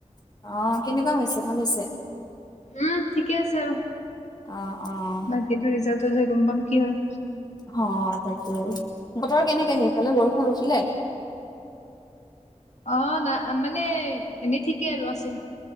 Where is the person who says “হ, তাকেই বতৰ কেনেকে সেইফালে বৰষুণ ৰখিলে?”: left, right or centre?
Left